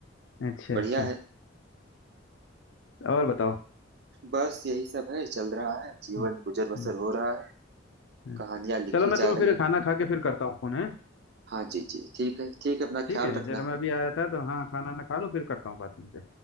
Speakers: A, on the left; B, on the right.
A: अच्छा
B: बढ़िया
A: अच्छा
B: है।
A: और बताओ
B: बस यही सब है, चल रहा है। जीवन
A: हम्म,
B: गुजर बसर
A: हम्म,
B: हो रहा है।
A: हम्म।
B: कहानियाँ लिखी
A: चलो मैं तुम्हें
B: जा
A: फिर
B: रही है।
A: खाना खा के फिर करता हूँ फोन है
B: हाँ जी, जी। ठीक है, ठीक है। अपना
A: ठीक
B: ख्याल
A: है
B: रखना।
A: जरा मैं अभी आया था तो हाँ खाना ना खा लो फिर करता हूँ बात तुमसे